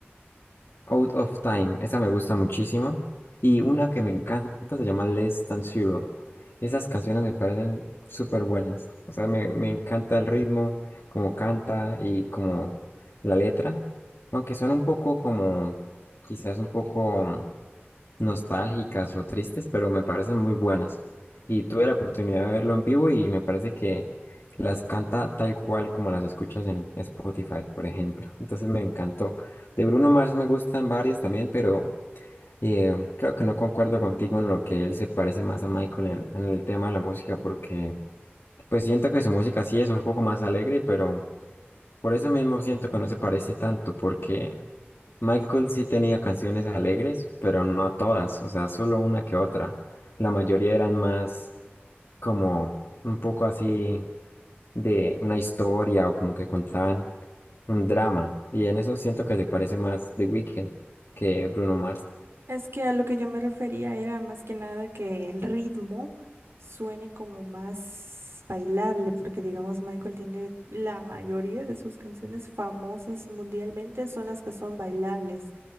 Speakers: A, on the left; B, on the right.
A: Out of Time, esa me gusta muchísimo. Y una que me encanta se llama Less Than Zero. Esas canciones me parecen súper buenas. O sea, me, me encanta el ritmo, como canta y como la letra. Aunque son un poco como, quizás un poco nostálgicas o tristes, pero me parecen muy buenas. Y tuve la oportunidad de verlo en vivo y me parece que las canta tal cual como las escuchas en Spotify, por ejemplo. Entonces me encantó. De Bruno Mars me gustan varias también, pero eh, creo que no concuerdo contigo en lo que él se parece más a Michael en, en el tema de la música, porque pues siento que su música sí es un poco más alegre, pero por eso mismo siento que no se parece tanto, porque Michael sí tenía canciones alegres, pero no todas, o sea, solo una que otra. La mayoría eran más como un poco así de una historia o como que contaban un drama. Y en eso siento que se parece más The Weeknd que Bruno Mars.
B: Es que a lo que yo me refería era más que nada que el ritmo suene como más bailable, porque digamos Michael tiene la mayoría de sus canciones famosas mundialmente son las que son bailables.